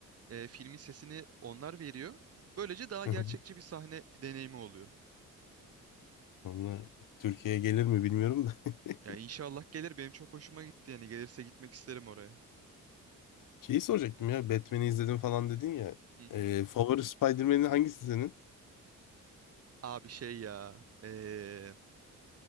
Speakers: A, on the right (about 50°); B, on the left (about 80°).
A: e, filmin sesini onlar veriyor. Böylece daha
B: <laughs>
A: gerçekçi bir sahne deneyimi oluyor.
B: Vallahi Türkiye'ye gelir mi bilmiyorum da. <laughs>
A: Ya inşallah gelir benim çok hoşuma gitti yani gelirse gitmek isterim oraya.
B: Şeyi soracaktım ya Batman'i izledim falan dedin ya.
A: Hı hı.
B: Ee, favori Spider-Man'in hangisi senin?
A: Abi şey ya. eee,